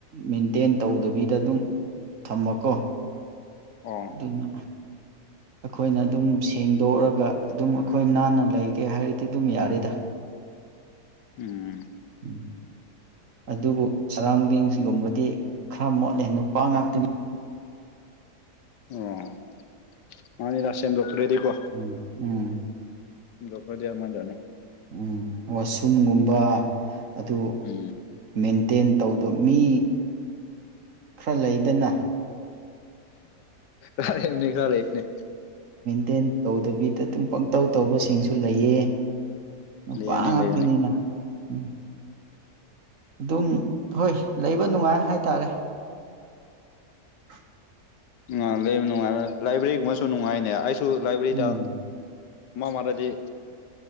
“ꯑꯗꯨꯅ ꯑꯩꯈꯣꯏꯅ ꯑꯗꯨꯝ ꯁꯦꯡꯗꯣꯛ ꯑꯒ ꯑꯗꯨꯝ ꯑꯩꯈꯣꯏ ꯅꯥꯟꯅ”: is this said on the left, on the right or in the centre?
Right